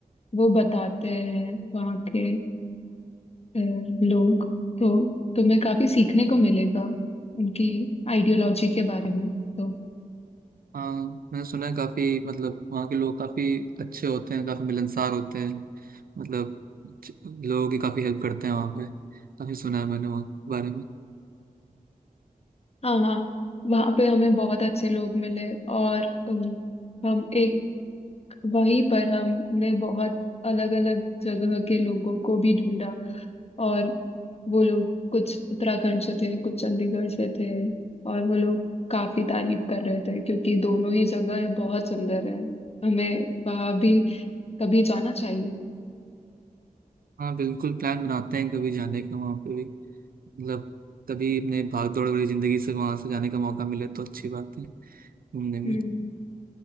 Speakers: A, on the left; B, on the right.
A: वो बताते हैं वहाँ के अ, लोग तो तुम्हें काफी सीखने को मिलेगा उनकी आइडियोलॉजी के बारे में तो
B: हाँ मैंने सुना है काफी मतलब वहाँ के लोग काफी अच्छे होते हैं काफी मिलनसार होते हैं मतलब च- लोगों की काफी हेल्प करते हैं वहाँ पे काफी सुना है मैंने वहाँ के बारे में
A: हाँ हाँ वहाँ पे हमें बहुत अच्छे लोग मिले और अ, हम एक वहीं पर हमने बहुत अलग अलग जगह के लोगों को भी ढूंढा और वो लोग कुछ उत्तराखंड से थे कुछ चंडीगढ़ से थे और वो लोग काफी तारीफ कर रहे थे क्योंकि दोनों ही जगह बहुत सुंदर है हमें वहां भी कभी जाना चाहिए
B: हाँ बिल्कुल प्लान बनाते हैं कभी जाने का वहाँ पे भी मतलब कभी अपने भाग दौड़ वाली जिंदगी से वहाँ से जाने का मौका मिले तो अच्छी बात है घूमने में
A: हम्म